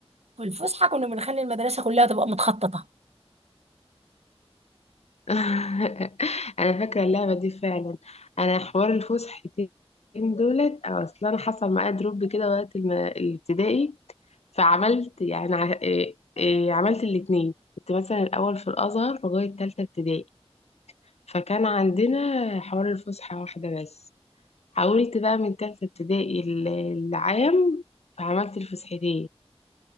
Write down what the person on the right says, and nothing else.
في الفسحة كنا بنخلي المدرسة كلها تبقى متخططة